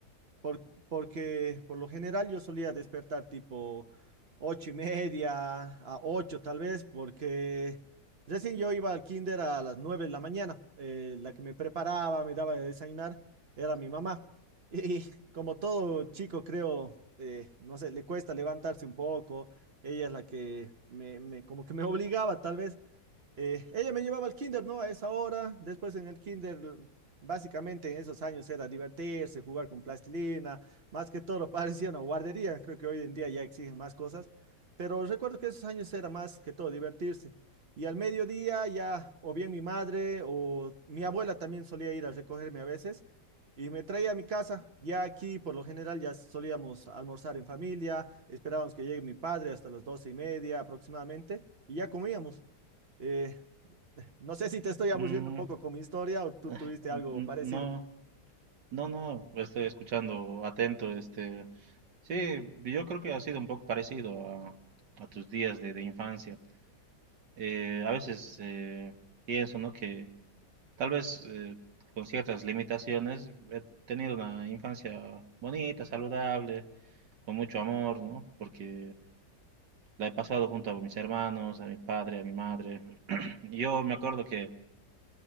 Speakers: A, on the right; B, on the right.
A: por- porque por lo general yo solía despertar tipo ocho y media a ocho tal vez, porque recién yo iba al kinder a las nueve de la mañana. Eh, la que me preparaba, me daba de desayunar, era mi mamá. <laughs> Y, y como todo chico, creo, eh, no sé, le cuesta levantarse un poco. Ella es la que me, me- como que me obligaba tal vez. Eh, ella me llevaba al kinder, ¿no? A esa hora. Después en el kinder, básicamente en esos años era divertirse, jugar con plastilina. Más que todo <laughs> parecía una guardería. Creo que hoy en día ya exigen más cosas. Pero recuerdo que esos años era más que todo divertirse. Y al mediodía ya o bien mi madre o mi abuela también solía ir a recogerme a veces y me traía a mi casa. Ya aquí por lo general ya solíamos almorzar en familia, esperábamos que llegue mi padre hasta las doce y media aproximadamente y ya comíamos. Eh, no sé si te estoy aburriendo
B: Mm,
A: un poco con mi historia o
B: <laughs>
A: tú
B: Ah,
A: tuviste algo
B: n-
A: parecido.
B: No, no, no, estoy escuchando atento, este, sí, yo creo que ha sido un poco parecido a, a tus días de, de infancia. Eh, a veces eh, pienso, ¿no? que tal vez eh, con ciertas limitaciones he tenido una infancia bonita, saludable, con mucho amor, ¿no? porque la he pasado junto a mis hermanos, a mi padre, a mi madre. <laughs> <clears throat> Yo me acuerdo que